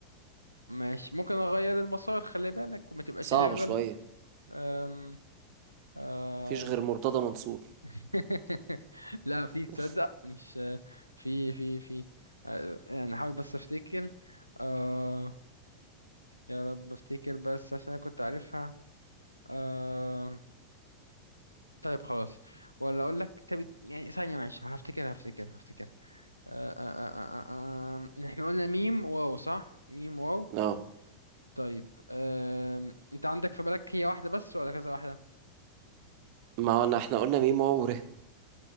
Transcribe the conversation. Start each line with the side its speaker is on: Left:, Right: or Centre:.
Left: ماشي ممكن اغير المسار خلي بالك وما تبقاش
Right: صعبه
Left: اللي في بالك
Right: شويه
Left: أم... آه،
Right: مفيش غير مرتضى منصور
Left: <laughs> لا في تصدق
Right: <laughs>
Left: مش في في في آه، يعني حاول بس افتكر آه يا رب افتكر بس عشان انا كنت عارفها آه طيب خلاص ولا اقول لك طب يعني ثانية معلش هفتكر هفتكر هفتكر آه آه آه آه آه آه، احنا قلنا ميم واو صح ميم واو
Right: اه
Left: طيب آه انت عندك في بالك هي واحدة بس ولا كذا واحدة
Right: ما هو أنا- احنا قلنا ميم واو ر